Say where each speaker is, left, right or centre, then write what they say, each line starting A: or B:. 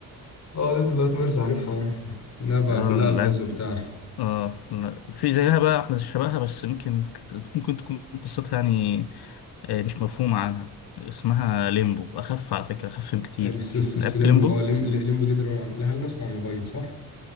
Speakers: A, on the left (about 45°); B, on the left (about 85°).
A: اه قالت إن ميرس عارفها لا بقى
B: ميرز
A: كلها ألغاز وبتاع
B: اه لا، في زيها بقى احنا شبهها بس يمكن ممكن تكون قصتها يعني آه، مش مفهومة عنها اسمها ليمبو أخف على فكرة أخف بكتير
A: آه، بس الس- الس-
B: لعبت
A: ليمبو
B: ليمبو
A: اه ليم- ليمبو دي تقريبا لها النسخة على الموبايل صح؟